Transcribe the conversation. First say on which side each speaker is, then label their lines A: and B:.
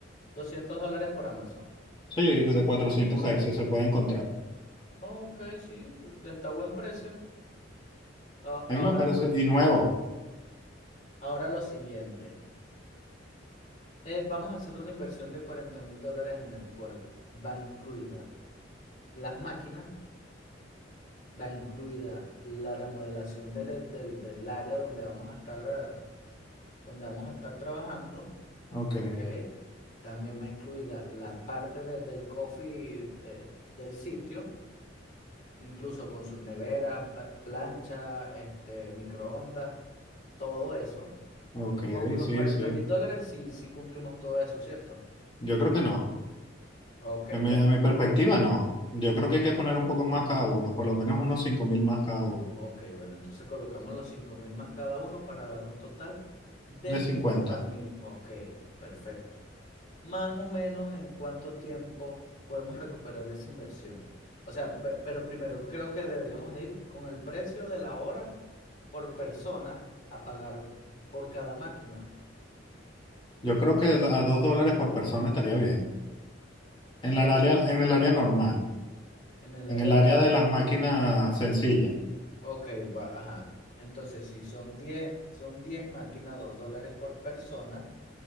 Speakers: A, on the left (about 40°); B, on the left (about 25°).
A: 200 dólares por Amazon.
B: Sí, de 400 hercios se puede encontrar.
A: Ok, sí, está a buen precio. A-
B: A
A: ahora,
B: mí me parece, y nuevo.
A: ahora lo siguiente. Eh, vamos a hacer una inversión de cuarenta mil dólares en el cual va incluida las máquinas, va incluida la remodelación del, del, del área donde vamos a estar, eh, donde vamos a estar trabajando.
B: Ok,
A: Ok. También va incluida la parte de- del coffee de- del sitio, incluso con sus neveras, pa- plancha, este, microondas, todo eso.
B: ok,
A: Con
B: sí,
A: los cuarenta
B: sí.
A: mil dólares sí, sí cumplimos todo eso, ¿cierto?
B: Yo creo que no.
A: Ok,
B: En
A: bueno.
B: mi, a mi perspectiva, no. Yo creo que hay que poner un poco más cada uno, por lo menos unos cinco mil más cada uno,
A: Ok, bueno. Entonces colocamos los cinco mil más cada uno para dar un total de
B: de
A: cincuenta
B: cincuenta.
A: mil. Ok, perfecto. Más o menos en cuánto tiempo podemos recuperar esa inversión. O sea, per- pero primero creo que deberíamos de ir con el precio de la hora por persona a pagar por cada máquina.
B: Yo creo que a 2 dólares por persona estaría bien. En la
A: Dos
B: área, en el área normal,
A: en el área
B: en el
A: normal.
B: área de las máquinas sencillas.
A: Ok, va, ajá. Entonces, si son 10 son 10 máquinas, 2 dólares por persona,